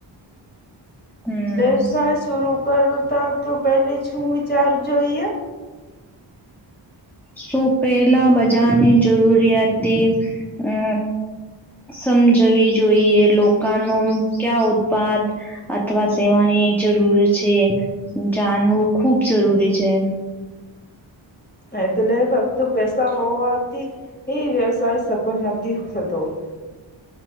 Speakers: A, in the centre; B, on the left.
A: હમ
B: વ્યવસાય સુરુ કરતા તો પેલુ શુવિચાર જોઈએ?
A: સું પહેલા બજારની જરૂરિયાત અ સમજવી જોઈએ લોકો ન ક્યા ઉદપાદ. અથવા સેવાની જરૂર છે જાણવું ખૂબ જરૂરી છે.
B: એટલે ફક્ત પેસા હોવાથી વ્યવસાય સફળ નથી થતો. <inaudible>